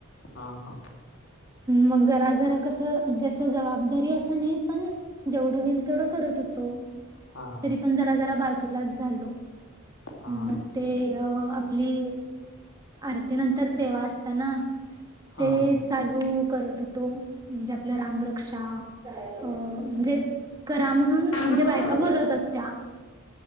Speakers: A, on the left; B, on the right.
A: हा हा.
B: मग जरा जरा कस जस जबाबदारी अस. पण जेवढे होत होते तेवढे करत होतो.
A: हां,
B: पण जरा जरा बाजूलाच झालो
A: हां,
B: म. ते आपली आरती नंतर सेवा असताना.
A: हां.
B: ते चालू करत होतो म्हणजे आपला रामरक्षा. अ म्हणजे करा म्हणून
A: हां,
B: म्हणजे
A: हां,
B: बायका
A: हां,
B: बोलवतात त्या.